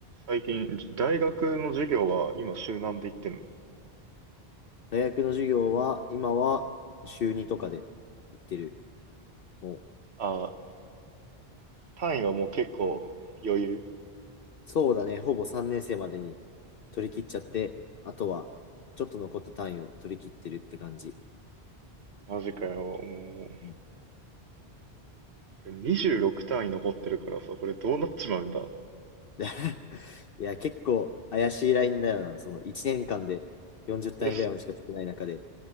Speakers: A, on the right; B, on the left.
A: 最近、大学の授業は今週何で行ってんの
B: 大学の授業は今は週2とかで行ってる。もう
A: あー単位はもう結構余裕。
B: そうだね、ほぼ3年生までに取り切っちゃって、あとはちょっと残った単位を取り切ってるって感じ。
A: マジかよ。も
B: うん
A: う、26単位残ってるからさ、これどうなっちまうんだ。
B: <laughs> いや、結構怪しいラインだよな。その1年間で40単位ぐらいまでしか取れない中で、
A: え、